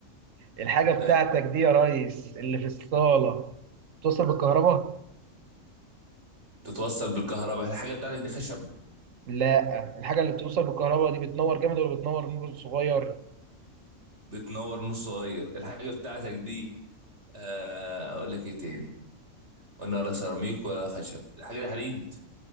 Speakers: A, on the right; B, on the right.
A: الحاجة بتاعتك
B: لا
A: دي يا ريس اللي في الصالة بتوصل بالكهرباء
B: بتتوصل بالكهرباء الحاجه بتاعتك دي خشب
A: لا الحاجة اللي بتوصل بالكهرباء دي بتنور جامد ولا بتنور نور صغير
B: بتنور نور صغير الحاجه بتاعتك دي آه، اقول لك ايه تاني قلنا ولا سيراميك ولا خشب الحاجه دي حديد